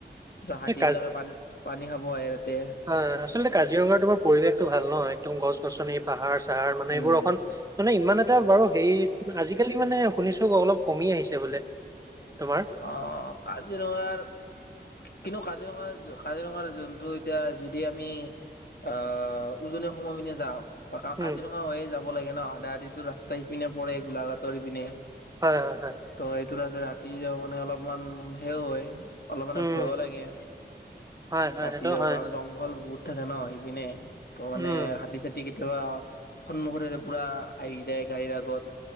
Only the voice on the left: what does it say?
চ' হাতীবিলাকে
পানী পানী খাব আহে তাতে।
উম
অ অ কাজিৰঙাৰ। কিন্তু কাজিৰঙা কাজিৰঙাৰ জন্তু এতিয়া যদি আমি। আ উজনি সময় পিনে যাওঁ। অ কা
কাজিৰঙা হৈয়ে যাব লাগে ন আদা আদি ৰাস্তা ইপিনে পৰে গোলাঘাটৰ ইপিনে।
ত সেইটো আছে ৰাতি য মানে অলপমান সেও হয়। অলপ মানে
ভয়ো লাগে
কাটি
যাব
কাৰণে জংঘল বহুত থাকে ন সেইপিনে। ত মানে
হাতী- চাতি কেতিয়াবা সন্মুখতে পুৰা আহি যায় গাড়ীৰ আগত।